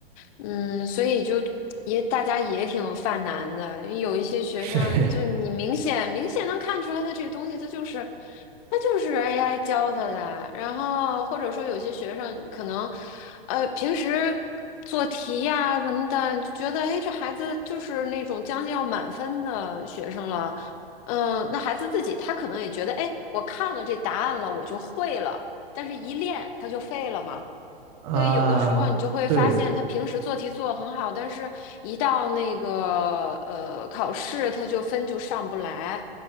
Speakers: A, on the left (about 35°); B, on the right (about 40°).
A: 嗯，所以就也大家也挺犯难的，有一些学生就你明显明显能看出来，
B: 是
A: 他这个东西他就是他就是 AI 教他的，然后或者说有些学生可能呃平时做题呀、什么的，觉得哎这孩子就是那种将近要满分的学生了，嗯，那孩子自己他可能也觉得哎我看了这答案了我就会了，但是一练他就废了嘛。
B: <laughs> 啊，
A: 对，有的时候你就会发现，
B: 对。
A: 他平时做题做得很好，但是一到那个呃考试，他就分就上不来。